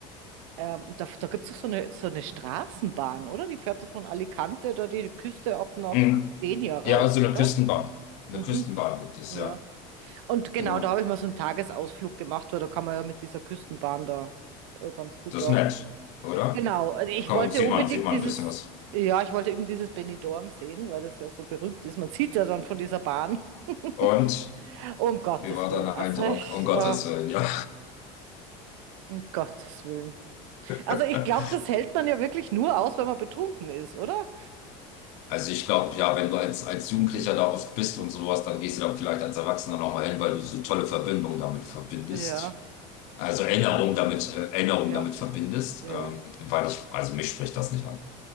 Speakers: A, on the right; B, on the left.
A: Ähm, da da gibt es doch so eine, so eine Straßenbahn, oder? Die fährt so von Alicante da die Küste ab nach
B: Hm.
A: Denia rauf,
B: Ja, also
A: oder?
B: eine Küstenbahn. Eine
A: Mhm.
B: Küstenbahn gibt es,
A: Ja.
B: ja.
A: Und genau,
B: Genau.
A: da habe ich mal so einen Tagesausflug gemacht, weil da kann man ja mit dieser Küstenbahn da äh, ganz gut
B: Das
A: da.
B: ist nett, oder?
A: Genau, also ich
B: Komm,
A: wollte
B: sieht
A: unbedingt
B: man, sieht man
A: dieses,
B: ein bisschen was.
A: ja, ich wollte eben dieses Benidorm sehen, weil das ja so berühmt ist. Man sieht ja dann von dieser Bahn. <laughs>
B: Und
A: Um Gottes
B: wie war
A: Willen.
B: dein Eindruck?
A: Also, ich,
B: Um Gottes
A: äh,
B: Willen, ja.
A: um Gottes Willen. Also,
B: <laughs>
A: ich glaube, das hält man ja wirklich nur aus, wenn man betrunken ist, oder?
B: Also ich glaube, ja, wenn du als, als Jugendlicher da oft bist und sowas, dann gehst du da vielleicht als Erwachsener nochmal hin, weil du so tolle Verbindungen damit verbindest.
A: Ja,
B: Also Ja, Erinnerungen damit, äh, Erinnerungen
A: ja,
B: damit verbindest,
A: ja.
B: ähm, weil ich, also mich spricht das nicht an.